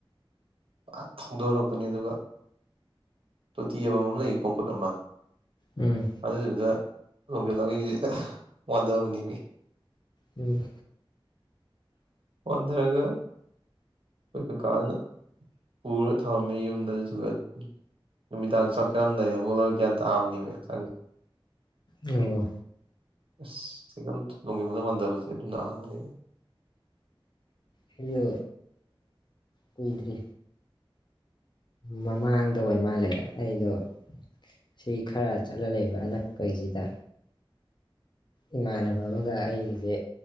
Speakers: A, on the right; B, on the left.
A: ꯄꯨ ꯊꯧꯗꯣꯔꯛꯄꯅꯦ ꯑꯗꯨꯒ ꯇꯣꯇꯤ ꯑꯃꯃꯝ ꯂꯩ ꯀꯣꯡꯀꯨꯠ ꯑꯃ
B: ꯎꯝ
A: ꯑꯗꯨꯗꯨꯗ ꯂꯣꯪꯖꯜꯂꯒ ꯑꯩꯖꯦ ꯋꯥꯗꯕꯅꯤꯃꯤ꯫
B: ꯎꯝ꯫
A: ꯍꯟꯊꯔꯒ ꯑꯩꯈꯣꯏ ꯀꯀꯥꯅ ꯄꯨꯔ ꯊꯝꯃꯝꯃꯦ ꯌꯨꯝꯗꯗꯨꯒ ꯅꯨꯃꯤꯗꯥꯡ ꯆꯥꯛ ꯆꯔꯝꯗꯥꯏ ꯍꯧꯒꯠꯂꯒ ꯒ꯭ꯌꯥꯟ ꯇꯥꯕꯅꯦꯕ ꯍꯛꯆꯥꯡꯁꯦ꯫
B: ꯑꯣ꯫
A: ꯑꯁ <unintelligible> <unintelligible>
B: ꯍꯣ ꯀꯨꯏꯗꯔꯤ꯫ ꯃꯃꯥꯡꯗ ꯑꯣꯏ ꯃꯥꯜꯂꯑꯦ ꯑꯩꯗꯣ ꯁꯤ ꯈꯔ ꯆꯠꯂ ꯂꯩꯕ ꯑꯅꯛꯄꯩꯁꯤꯗ ꯏꯃꯥꯟꯅꯕ ꯑꯃꯒ ꯑꯩꯒꯤꯁꯦ